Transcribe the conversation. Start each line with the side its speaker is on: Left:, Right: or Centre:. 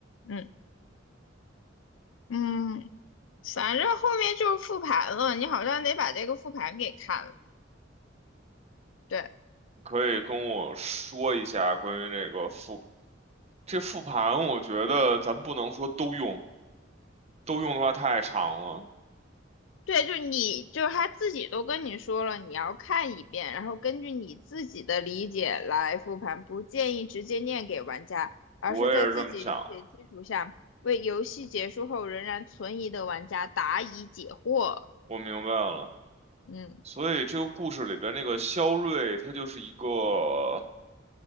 Left: 嗯嗯，反正后面就是复盘了，你好像得把这个复盘给看了。对，
Right: 你可以跟我说一下关于这个复这复盘，我觉得咱不能说都用，都用的话太长了。
Left: 对，就你就是他自己都跟你说了，你要看一遍，然后根据你自己的理解来复盘，不建议直接念给玩家，而是在自己理解基础上，
Right: 我也是这么想
Left: 为游戏结束后仍然存疑的玩家答疑解惑。
Right: 我明白了。
Left: 嗯。
Right: 所以这个故事里边那个肖瑞，他就是一个